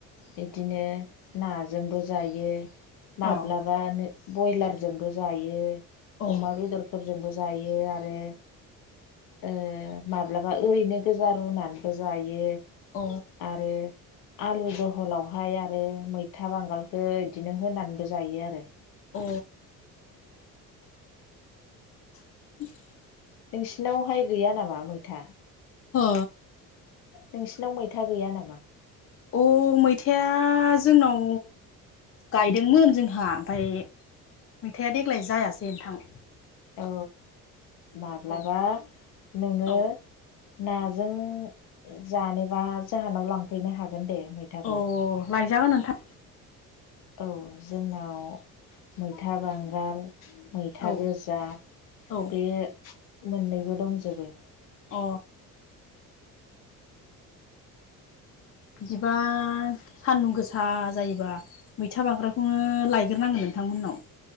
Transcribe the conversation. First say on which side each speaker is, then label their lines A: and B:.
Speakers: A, on the left; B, on the left.
A: बिदिनो नाजोंबो जायो। माब्लाबानो
B: अ
A: बयलारजोंबो जायो
B: अ
A: अमा बेदरफोरजोंबो जायो आरो ओ माब्लाबा ओरैनो गोजा रुनानैबो जायो
B: अ
A: आरो आलु जहलावहाय आरो मैथाबांगालखो इदिनो होनानैबो जायो आरो।
B: अ <inaudible>
A: नोंसिनावहाय गैया नामा मैथा?
B: हो
A: नोंसिनाव मैथा गैया नामा?
B: अ मैथाया जोंनाव गायदोंमोन जोंहा ओमफाय मैथाया देग्लाय जायासै नोंथां।
A: अ माब्लाबा
B: औ
A: नोङो
B: औ
A: नाजों जानोबा जाहोनाव लांफैनो हा गोन दे मैथाखौ।
B: अ लायजागोन नोंथां
A: औ जोंनाव मैथा बांगाल मैथा
B: औ
A: गोजा
B: औ
A: बे मोननैबो दंजोबो
B: अ बिदिबा सान्दुं गोसा जायोबा मैथा बांग्राखौनो लायग्रोनांगोन नोंथांमोननाव।